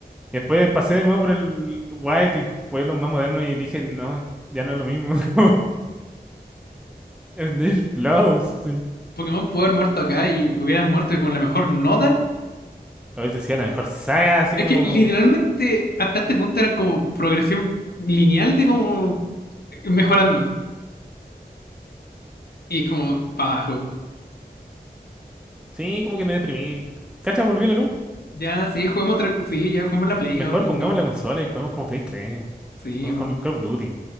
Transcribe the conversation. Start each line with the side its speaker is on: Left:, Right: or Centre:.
Centre: Y después pasé de nuevo por el White y jugué lo más moderno y dije, no, ya no es lo mismo. <laughs> Como, Dish Blows, sí.
Left: Pokémon pudo haber muerto acá y hubieran muerto con la mejor nota.
Centre: A veces sí, la mejor saga, así
Left: Es
Centre: como.
Left: que literalmente hasta este punto eran como progresión lineal de como mejorando. Y como para abajo.
Centre: Sí, como que me deprimí. Cacha, volvió la luz.
Left: Ya, sí, jugamos otra. Sí,
Centre: M-
Left: ya jugamos la Play.
Centre: Mejor
Left: oh, como
Centre: pongamos
Left: que.
Centre: la consola y juguemos como Play 3.
Left: Sí,
Centre: Juguemos
Left: oh,
Centre: con Call of Duty.